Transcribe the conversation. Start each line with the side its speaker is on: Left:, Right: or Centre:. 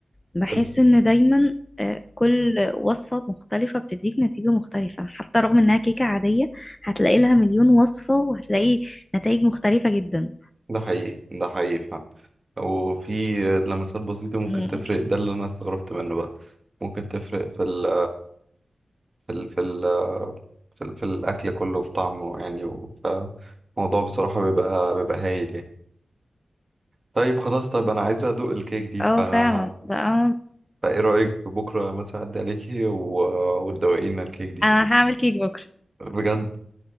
Left: بحس
Right: ال-
Left: ان دايما آه كل وصفة مختلفة بتديك نتيجة مختلفة حتى رغم انها كيكة عادية هتلاقي لها مليون وصفة وهتلاقي نتائج مختلفة جدا
Right: ده حقيقي ده حقيقي فعلا وفي لمسات بسيطة ممكن
Left: مم.
Right: تفرق ده اللي أنا استغربت منه بقى ممكن تفرق في ال في ال في ال في, ال في الأكل كله في طعمه يعني فالموضوع بصراحة بيبقى بيبقى هايل يعني طيب خلاص طب أنا عايز أدوق الكيك دي
Left: اه
Right: فأنا
Left: فعلا ده انا
Right: فايه رأيك بكرة مثلا أعدي عليكي و... وتدوقينا الكيك دي
Left: أنا هعمل كيك بكرة
Right: بجد